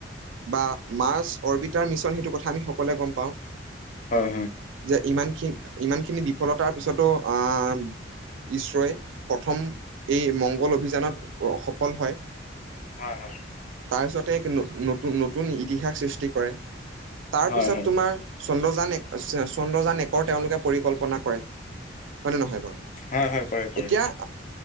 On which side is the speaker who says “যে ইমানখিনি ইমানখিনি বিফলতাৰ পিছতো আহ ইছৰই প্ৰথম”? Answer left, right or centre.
Right